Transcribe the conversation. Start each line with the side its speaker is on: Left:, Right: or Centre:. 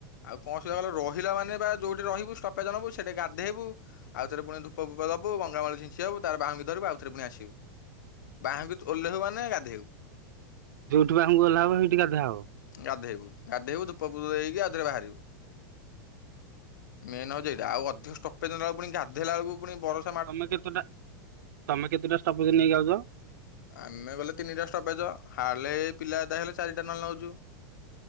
Left: ଆଉ କୌଣସି ଜାଗାରେ ରହିଲା ମାନେ ବା ଯୋଉଠି ରହିବୁ ଷ୍ଟପେଜ୍ ନବୁ ସେଟି ଗାଧେଇବୁ। ଆଉଥରେ ପୁଣି ଧୂପ ଫୂପ ଦବୁ ଗଙ୍ଗା ପାଣି ଛିଞ୍ଚି ହବୁ ତାପରେ ବାହୁଙ୍ଗି ଧରିବୁ ଆଉଥରେ ପୁଣି ଆସିବୁ। ବାହୁଙ୍ଗି ଓହ୍ଲେଇବୁ ମାନେ ଗାଧେଇବୁ।
Right: ଯୋଉଠି ବାହୁଙ୍ଗି ଓହ୍ଲାହବ ସେଇଠି ଗାଧା ହବ।
Left: ଗାଧେଇବୁ, ଗାଧେଇବୁ ଧୂପ ଫୂପ ଦେଇକି ଆଉ ଥରେ ବାହାରିବୁ। ମେନ ହୋଉଛି ଏଇଟା ଆଉ ଅଧିକ ଷ୍ଟପେଜ ନେଲା ବେଳୁକୁ ଗାଧଲା ବେଳକୁୁ ପୁଣି ବର
Right: ତମେ କେତେଟା, ତମେ କେତେଟା ଷ୍ଟପେଜ ନେଇିକ ଯାଉଚ।
Left: ଆମେ ଗଲେ ତିନିଟା ଷ୍ଟପେଜ ହାଡଲେ ପିଲା ଆଦାୟ ହେଲେ ଚାରିଟା ନହେଲେ ନଉଚୁ।